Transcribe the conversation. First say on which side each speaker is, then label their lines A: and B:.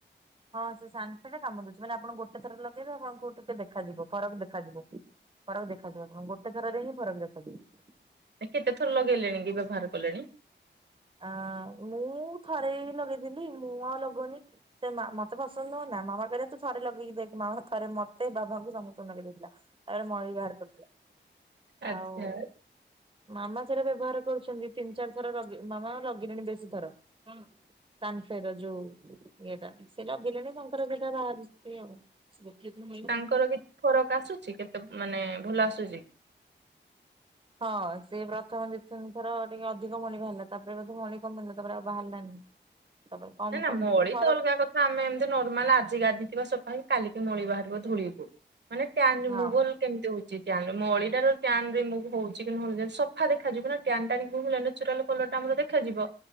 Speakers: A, on the right; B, on the right.
A: ହଁ ସେ ସାଙ୍ଗେ ସାଙ୍ଗେ କାମ ଦଉଛି ମାନେ ଆପଣ ଗୋଟେ ଥର ଲଗେଇବେ ଆପଣଙ୍କୁ ଟିକେ ଦେଖାଯିବ ଫରକ ଦେଖାଯିବ ଫରକ ଦେଖାଯିବ ଗୋଟେ ଥରରେ ହିଁ ଫରକ୍ ଦେଖାଯିବ
B: କେତେ ଥର ଲଗେଇଲେଣି କି ବ୍ୟବହାର କଲେଣି
A: ଆଁ ମୁଁ ଥରେ ହିଁ ଲଗେଇଥିଲି ମୁଁ ଆଉ ଲଗଉନି ସେ ମୋତେ ପସନ୍ଦ ନୁହଁ ନା ମାମା କହିଲେ ତୁ ଥରେ ଲଗେଇକି ଦେଖ ମାମା ଥରେ ମୋତେ ବାବାଙ୍କୁ ସମସ୍ତଙ୍କୁ ଲଗେଇ ଦେଇଥିଲା ତାପରେ ମଳି ବାହାର କରୁଥିଲା
B: ଆଚ୍ଛା
A: ଆଉ ମାମା ସେଟା ବ୍ୟବହାର କରୁଛନ୍ତି ତିନି ଚାରି ଥର ମାମା ଲଗେଇଲେଣି ବେଶୀ ଥର ହୁଁ ସାନସାଇ ର ଯୋଉ ଇଏଟା ସେ ଲଗେଇଲେଣି ତାଙ୍କର ସେଟା ବାହାରିଛି ଆଉ <unintelligible>
B: ତାଙ୍କର କିଛି ଫରକ ଆସୁଛି କେତେ ମାନେ ଭଲ ଆସୁଛି
A: ହଁ ସିଏ ପ୍ରଥମେ ଦି ତିନି ଥର ଟିକେ ଅଧିକ ମଳି ବାହାରିଲା ତାପରେ ବୋଧେ ମଳି କମିଲା ତାପରେ ଆଉ ବାହାରିଲାନି <inaudible>
B: ନାଇଁ ନା
A: କମ
B: ମଳି
A: ଟିକେ ଫରକ
B: ତ ଅଲଗା କଥା ଆମେ ଏମିତି ନର୍ମାଲ ଆଜି ଗାଧେଇଥିବା ସଫାହେଇକି କାଲିକି ମଳି ବାହାରିବ ଧୂଳିକୁ ମାନେ ଟ୍ୟାନ
A: ହଁ
B: ମୁଗୁଲ କେମିତି ହଉଛି ଟ୍ୟାନରେ ମଳିଟା ର ଟ୍ୟାନ ରେ ମୁଁ ହଉଛି କି ନହଉ ସଫା ଦେଖାଯିବ ନା ଟ୍ୟାନ ଟାକୁ ନେଚୁରାଲ କଲର ଟା ଆମର ଦେଖାଯିବ